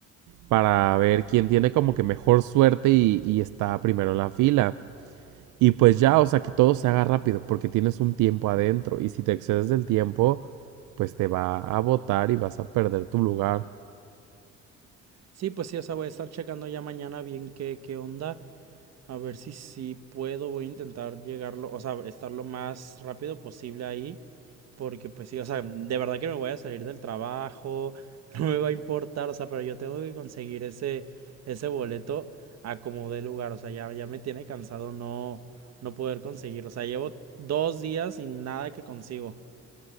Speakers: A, on the right; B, on the right.
A: para ver quién tiene como que mejor suerte y, y está primero en la fila. Y pues ya, o sea, que todo se haga rápido porque tienes un tiempo adentro y si te excedes del tiempo, pues te va a botar y vas a perder tu lugar.
B: Sí, pues sí, o sea, voy a estar checando ya mañana bien qué, qué onda. A ver si sí puedo, voy a intentar llegarlo, o sea, estar lo más rápido posible ahí, porque pues sí, o sea, de verdad que me voy a salir del trabajo, <laughs> no me va a importar, o sea, pero yo tengo que conseguir ese, ese boleto a como dé lugar, o sea, ya, ya me tiene cansado no, no poder conseguirlo, o sea, llevo dos días sin nada que consigo.